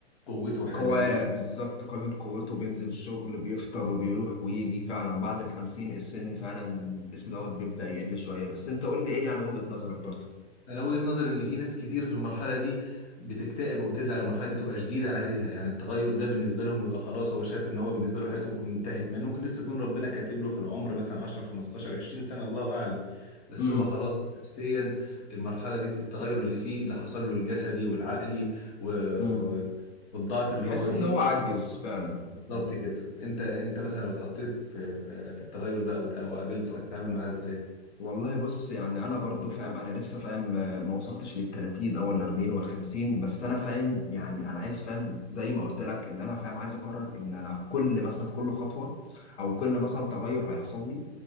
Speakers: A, on the left; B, on the left.
A: قوته وحيويته
B: قواه بالظبط قابل قوته بينزل الشغل بيفطر وبيروح ويجي فعلا بعد الخمسين السن فعلا اسمه دوت بيبدأ يقل شوية بس انت قول لي ايه يعني وجهة نظرك برضه
A: انا وجهه نظري ان في ناس كتير في المرحله دي بتكتئب وبتزعل المرحله دي تبقى شديده عليها يعني التغير ده بالنسبه لهم بيبقى خلاص هو شايف ان هو بالنسبه له حياته انتهت ما إنه ممكن لسه يكون ربنا كاتب له في العمر مثلا 10 15 20 سنه الله اعلم بس
B: مم.
A: هو خلاص نفسيا المرحله دي التغير اللي فيه اللي حصل له الجسدي والعقلي و...
B: مم.
A: و- والضعف اللي
B: بيحس
A: هو فيه
B: ان هو عجز فعلا
A: بالظبط كده انت انت مثلا لو اتحطيت في في, في التغير ده او او قابلته هتتعامل معاه ازاي
B: والله بص يعني انا برضو فاهم انا لسه فاهم آه، ما وصلتش لل 30 او ال 40 وال 50 بس انا فاهم يعني انا عايز فاهم زي ما قلت لك ان انا فاهم عايز اقرر ان انا كل مثلا كل خطوه او كل مثلا تغير هيحصل لي